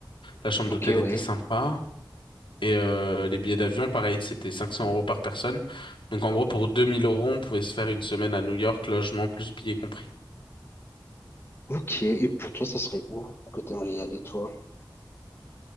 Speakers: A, on the left (about 80°); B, on the left (about 30°).
A: La chambre
B: Ok,
A: d'hôtel
B: ouais.
A: était sympa. Et euh, les billets d'avion, pareil, c'était 500 euros par personne. Donc en gros, pour 2000 euros, on pouvait se faire une semaine à New York, logement plus billets compris.
B: Ok. Et pour toi, ça serait où que t'aimerais y aller, toi? <laughs>